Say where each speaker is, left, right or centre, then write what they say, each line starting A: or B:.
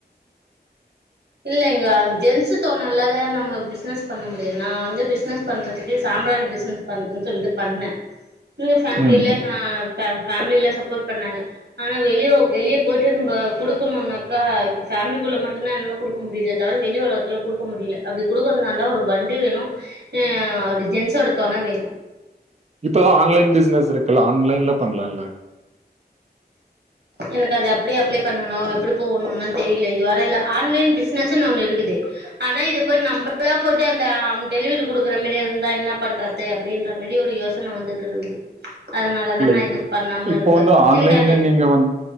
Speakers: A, on the right; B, on the right.
A: இல்லைங்க ஜென்ஸு தொண இல்லாத நம்ம பிஸ்னஸ் பண்ண முடியாது நா வந்து பிஸ்னஸ் பண்றதுக்கு சாம்ப்ரானி பிஸ்னஸ் பண்றன் சொல்லிட்டு பண்ணே எங்க ஃபேம்லில
B: ம்.
A: நா ஃபே ஃபேம்லில சப்போட் பண்ணாங்க ஆனா வெளிய வெளிய போய்ட்டு நம்ப குடுக்கணுன்னாக்கா இப்ப ஃபேம்லிக்குள்ள மட்டுந்தா என்னால குடுக்க முடிதே தவர வெளி உலகத்துல குடுக்க முடியில அப்டி குடுக்கன்னாந்தா ஒரு வண்டி வேணு அ ஒரு ஜென்ஸோட தொண வேணு
B: இப்பதா ஆன்லைன் பிஸ்னஸ் இருக்குல்ல ஆன்லைன்ல பண்ணலால்ல
A: எனக்கு அதை அப்டி அப்ளை பண்ணணு எப்டி போகணும்னு தெரியல இது வர இல்ல ஆன்லைன் பிசினஸன்னு ஒன்னு இருக்குது ஆனா இது போய் நம்மளா போயிட்டு அந்த டெலிவரி குடுக்குற மாதிரி இருந்தா என்ன பண்றது அப்டின்ற மாரி ஒரு யோசனை வந்துட்டு இருக்குது அதனாலதா நா
B: இப்
A: எதுவு பண்ணாம
B: இப்போ
A: இருக்கே
B: வந்து
A: எனக்கு
B: இல்ல இல்ல
A: அந்த
B: நீங்க வந்